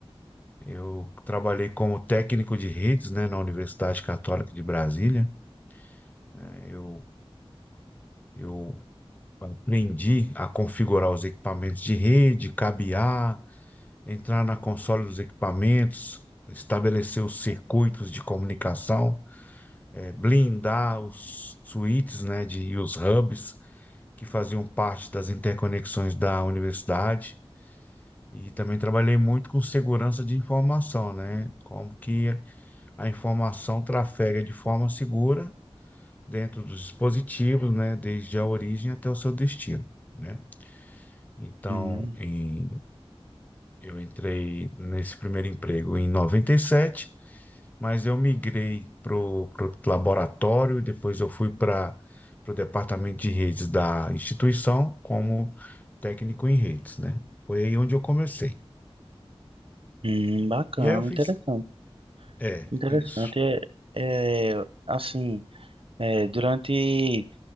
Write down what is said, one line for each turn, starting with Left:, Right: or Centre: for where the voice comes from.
Left: eu trabalhei como técnico de redes, né, na Universidade Católica de Brasília, né? Eu eu aprendi a configurar os equipamentos de rede, cabear entrar na console dos equipamentos, estabelecer os circuitos de comunicação, eh, blindar os switches, né, de, e os hubs que faziam parte das interconexões da universidade. E também trabalhei muito com segurança de informação, né? Como que a informação trafega de forma segura dentro dos dispositivos, né? Desde a origem até o seu destino, né? Então,
Right: Hum,
Left: em- eu entrei nesse primeiro emprego em noventa e sete mas eu migrei para o laboratório, depois eu fui para o departamento de redes da instituição como técnico em redes, né? Foi aí onde eu comecei.
Right: hum, bacana,
Left: E aí eu fiz,
Right: interessante.
Left: é,
Right: Interessante.
Left: isso,
Right: É, é, assim, é, durante